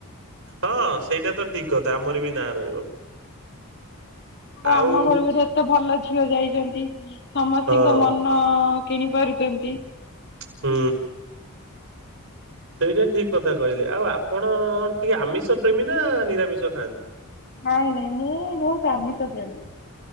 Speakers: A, on the right (about 70°); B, on the left (about 50°).
A: ହଁ, ସେଇଟା ତ ଠିକ୍ କଥା ଆମର ବି ନାଁ ରହିବ। ଆଉ
B: ଆମ ଘରୁ ଗୋଟେ ଏତେ ଭଲ ଝିଅ ଯାଇଛନ୍ତି। ସମସ୍ତିଙ୍କ
A: ହଁ
B: ମନ-ଅ କିଣି ପାରୁଚନ୍ତି।
A: ହୁଁ। ସେଇଟା ଠିକ୍ କଥା କହିଲେ ଆଉ, ଆପଣ ଟିକେ ଆମିଷ ପ୍ରେମି ନା ନିରାମିଷ ଖାଆନ୍ତି?
B: ନାଇଁ ନାଇଁ ମୁଁ ବହୁତ ଆମିଷ ପ୍ରେମୀ।